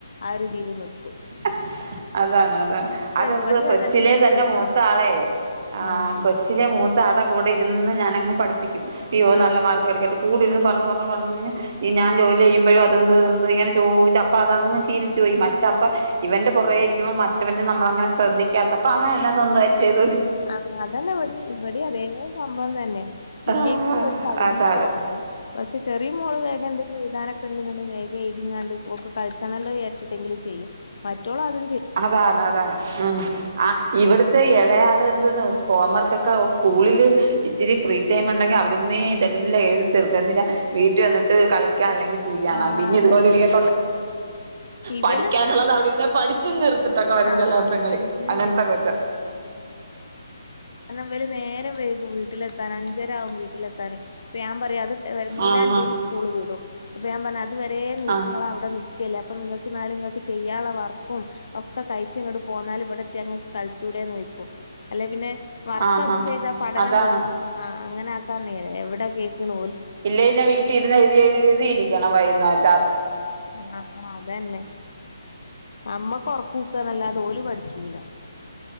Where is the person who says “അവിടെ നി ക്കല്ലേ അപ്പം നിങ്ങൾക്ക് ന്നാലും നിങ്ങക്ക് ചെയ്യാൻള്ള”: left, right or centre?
Left